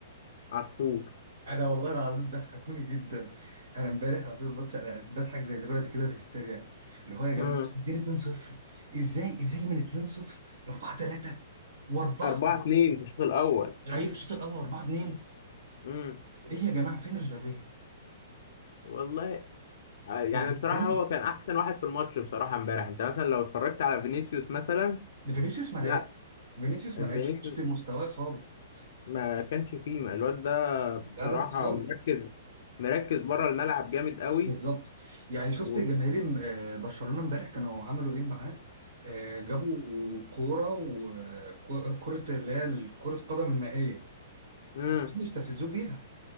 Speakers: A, on the left (about 60°); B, on the right (about 70°).
A: عفور
B: انا والله العظيم ضحكوني جدا انا امبارح على طول بص انا بضحك زي دلوقتي كده بهستيريا اللي هو يا جماعه
A: مم.
B: انتوا عايزين 2-0 ازاي ازاي من 2-0 ل 4-3 و4
A: أربعة اتنين في الشوط الأول
B: هيجي في الشوط الاول 4-2
A: امم
B: ايه يا جماعه فين امبابيه
A: والله آه، يعني
B: يعني ازاي
A: بصراحة هو كان أحسن واحد في الماتش بصراحة امبارح أنت مثلا لو اتفرجت على فينيسيوس مثلا
B: ده فينيسيوس ما لعبش
A: لا
B: فينيسيوس
A: فينيسيوس
B: ما لعبش مش في مستواه خالص
A: ما كانش فيه ما الواد ده بصراحة
B: لا لا لا خالص
A: مركز مركز بره الملعب جامد قوي
B: بالظبط يعني شفت
A: و...
B: جماهير آه، برشلونه امبارح كانوا عملوا ايه معاه آه، جابوا كوره وكرة اللي هي كرة قدم المائية
A: امم
B: يستفزوه بيها